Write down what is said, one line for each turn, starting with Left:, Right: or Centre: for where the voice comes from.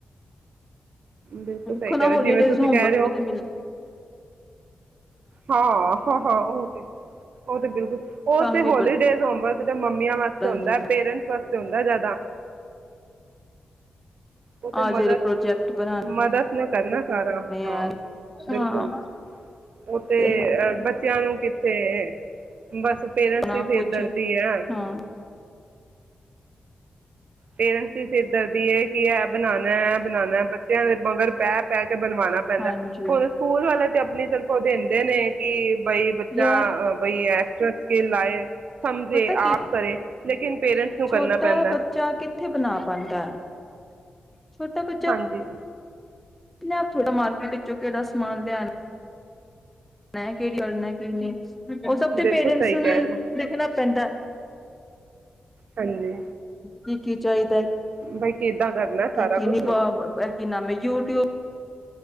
Right: ਬਿਲਕੁਲ ਸਹੀ
Centre: ਖੋ
Right: ਕਹਿ
Centre: ਨਾ
Right: ਰਹੇ
Centre: ਹੋਲੀਡੇਜ਼
Right: ਜਿਵੇਂ ਤੁਸੀਂ
Centre: ਹੋਮਵਰਕ
Right: ਕਹਿ ਰਹੇ ਹੋ
Centre: ਵੀ ਤੇ ਮਿਲ
Right: ਹਾਂ ਹਾਂ ਹਾਂ ਉਹ ਤੇ ਉਹ ਤੇ ਬਿਲਕੁਲ ਉਹ
Centre: ਕੰਮ
Right: ਤੇ
Centre: ਵੀ
Right: ਹੋਲੀਡੇਜ਼
Centre: ਬੜਾ
Right: ਉਮਬਰ ਮੰਮੀਆਂ ਵਾਸਤੇ ਹੁੰਦਾ
Centre: ਮਿਲਦਾ
Right: ਪੇਰੈਂਟਸ ਵਾਸਤੇ ਹੁੰਦਾ ਜਿਆਦਾ ਉਹ ਤੇ
Centre: ਆਹ
Right: ਮਦਰ
Centre: ਜਿਹੜੇ ਪ੍ਰੋਜੈਕਟ ਬਣਾਣੇ
Right: ਮਦਰ ਨੇ ਕਰਨਾ ਸਾਰਾ ਹਾਂ
Centre: ਆ
Right: ਬਿਲਕੁਲ
Centre: ਹਾਂ
Right: ਉਹ ਤੇ
Centre: ਹੈ
Right: ਅ
Centre: ਹੀ ਹੈ
Right: ਬੱਚਿਆਂ ਨੂੰ ਕਿ ਥੇ ਬਸ ਪੇਰੈਂਟਸ
Centre: ਨਾ
Right: ਦੀ ਸਿਰ
Centre: ਕੁਛ
Right: ਦਰਦੀ ਹੈ।
Centre: ਹਾਂ
Right: ਪੇਰੈਂਟਸ ਦੀ ਸਿਰ ਦਰਰਦੀ ਹੈ ਕਿ ਇਹ ਬਣਾਣਾ ਹੈ ਬਣਾਣਾ ਬੱਚਿਆਂ ਦੇ ਬਗਰ ਪੈ ਪੈ ਕੇ ਬਣਵਾਣਾ ਪੈਂਦਾ
Centre: ਹਾਂਜੀ
Right: ਹੁਣ ਸਕੂਲ ਵਾਲੇ ਤੇ ਨੀ ਤੇ ਉਹ ਦਿੰਦੇ ਨੇ ਕਿ ਬਈ ਬੱਚਾ
Centre: ਯਾਰ
Right: ਅ ਬਈ ਐ। ਸਕੇ ਲਾਏ। ਆਪ ਸਮਝੇ,
Centre: ਪਤਾ ਕੀ
Right: ਕਰੇ ਲੇਕਿਨ ਪੇਰੈਂਟਸ ਨੂੰ
Centre: ਛੋਟਾ
Right: ਕਰਨਾ ਪੈਂਦਾ
Centre: ਬੱਚਾ
Right: ਹੈ।
Centre: ਕਿੱਥੇ ਬਣਾ ਪਾਦਾ ਐ। ਛੋਟਾ ਬੱਚਾ
Right: ਹਾਂਜੀ
Centre: ਪੰਜਾਬ ਥਹਾਡਾ ਮਾਰਕੀਟ ਵਿਚੋਂ ਕਿਹੜਾ ਸਮਾਨ ਲਿਆਣਾ ਮੈਂ ਕਿਹੜੀ ਗੱਲ ਐ। ਕੀ ਨੀ ਉਹ ਸਭ ਦੇ
Right: ਬਿਲਕੁਲ
Centre: ਪੇਰੈਂਟਸ
Right: ਸਹੀ
Centre: ਨੂੰ
Right: ਕਹਿ
Centre: ਹੀ
Right: ਰਹੇ ਹੋ
Centre: ਦੇਖਣਾ ਪੈਂਦਾ ਐ।
Right: ਹਾਂਜੀ
Centre: ਕੀ ਕੀ। ਚਾਹੀਦਾ ਏ।
Right: <unintelligible> ਸਾਰਾ
Centre: <unintelligible>
Right: ਕੁਛ ਹਮ
Centre: ਕੀ ਨਾਮ ਯੂਟਿਉਬ